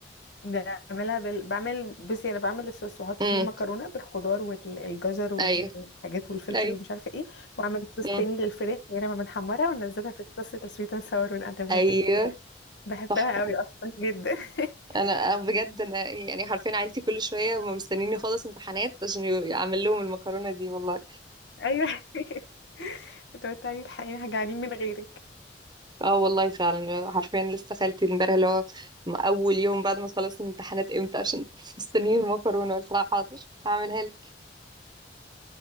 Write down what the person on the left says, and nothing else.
بعملها بال... بعمل بصي انا بعمل الصوص واحط
فيه المكرونه بالخضار والجزر والحاجات
والفلفل
ومش عارفه ايه واعمل صوص
تاني للفراخ غير ما بنحمرها وننزلها في الصوص السويت اند ساور ونقلبها
كده بحبها
قوي اصلا جدا <laughs>
ايوه <laughs> لو تعالي الحقيقه جعانين من غيرك